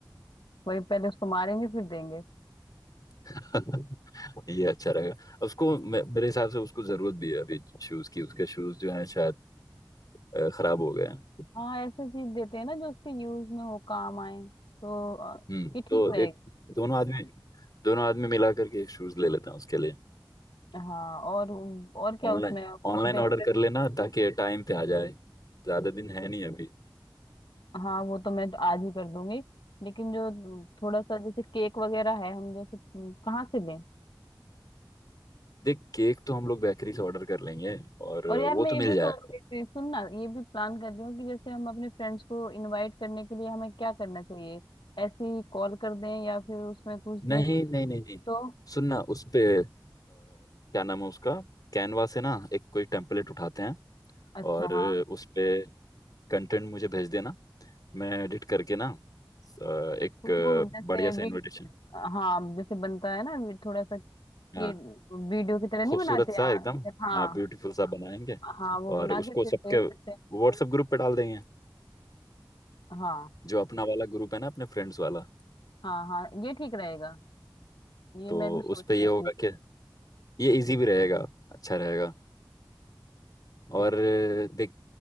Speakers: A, on the left; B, on the left.
A: वही पहले उसको मारेंगे फिर देंगे
B: <laughs> ये अच्छा रहेगा उसको मे- मेरे हिसाब से उसको जरूरत भी है अभी शूज की उसके शूज जो हैं शायद अ, खराब हो गए हैं
A: हाँ ऐसे चीज देते हैं ना जो उसके यूज में हो काम आए तो अ,
B: हम्म
A: ये ठीक
B: तो
A: रहेगा
B: एक दोनों आदमी दोनों आदमी मिला करके एक शूज ले लेते हैं उसके लिए
A: हाँ और और क्या
B: ऑनलाइन
A: उसमें कुछ
B: ऑनलाइन
A: डेकोरेशन
B: ऑर्डर कर लेना ताकि टाइम पे आ जाए ज्यादा दिन है नहीं अभी
A: हाँ वो तो मैं आज ही कर दूंगी लेकिन जो थोड़ा सा जैसे केक वगैरह है हम जैसे कहाँ से लें
B: देख केक तो हम लोग बेकरी से ऑर्डर कर लेंगे और
A: और यार मैं
B: वो तो
A: ये
B: मिल
A: भी सोच
B: जाएगा
A: रही थी सुन ना ये भी प्लान कर रही हूँ कि जैसे हम अपने फ्रेंड्स को इनवाइट करने के लिए हमें क्या करना चाहिए ऐसे ही कॉल कर दें या फिर उसमें कुछ
B: नहीं नहीं नहीं नहीं
A: तो
B: सुनना उस पे अ, क्या नाम है उसका कैनवा से ना एक कोई टेम्पलेट उठाते हैं
A: अच्छा
B: और
A: हाँ
B: उस पे कंटेंट मुझे भेज देना मैं एडिट करके ना अ, एक
A: कुछ
B: अ,
A: वो जैसे
B: बढ़िया सा
A: वी
B: इनविटेशन
A: हाँ जैसे बनता है ना वी- थोड़ा सा
B: हाँ
A: ये वीडियो की तरह
B: खूबसूरत
A: नहीं बनाते
B: सा
A: यार
B: एकदम
A: हाँ
B: हाँ ब्यूटीफुल सा बनाएंगे
A: हाँ वो
B: और
A: बना
B: उसको
A: के फिर
B: सबके
A: भेज देते हैं
B: व्हाट्सएप ग्रुप पे डाल देंगे
A: हाँ
B: जो अपना वाला ग्रुप है ना अपने फ्रेंड्स वाला
A: हाँ हाँ ये ठीक रहेगा ये
B: तो
A: मैं भी सोच
B: उस पे ये
A: रही
B: होगा
A: थी
B: कि ये इजी भी रहेगा अच्छा रहेगा और देख